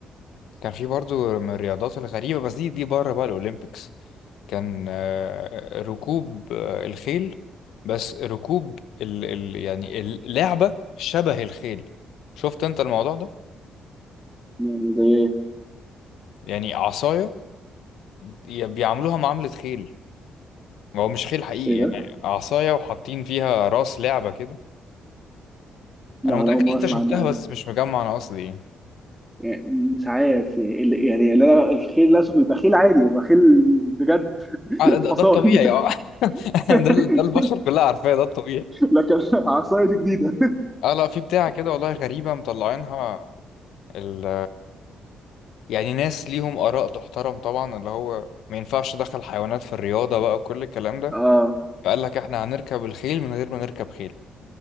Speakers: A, on the left; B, in the centre.
A: كان في برضو من الرياضات الغريبه بس دي دي بره بقى الاولمبيكس كان آه، ركوب آه، الخيل بس ركوب ال... ال... يعني اللعبه شبه الخيل شفت انت الموضوع ده
B: يعني زي ايه؟
A: يعني عصايه بي- بيعاملوها معامله خيل هو مش خيل حقيقي
B: ايه
A: يعني
B: ده؟
A: عصاية وحاطين فيها راس لعبة كده
B: لا
A: أنا متأكد
B: انا اول
A: إن
B: مره اسمع
A: أنت شفتها
B: عنها
A: بس
B: دي
A: مش مجمع أنا قصدي إيه
B: يعني مش عارف يعني ال- يعني اللي أنا- الخيل الاسود بيبقى خيل عادي بيبقى خيل بجد
A: آه، ده,
B: حصان
A: ده الطبيعي أه <laughs>
B: <laughs>
A: ده, ال- ده البشر كلها عارفاه ده الطبيعي
B: لكن عصايه دي جديده
A: أه لا في بتاعة كده والله غريبة مطلعينها ال يعني ناس ليهم آراء تحترم طبعا اللي هو ما ينفعش دخل حيوانات في الرياضة بقى وكل الكلام ده
B: اه
A: فقال لك إحنا هنركب الخيل من غير ما نركب خيل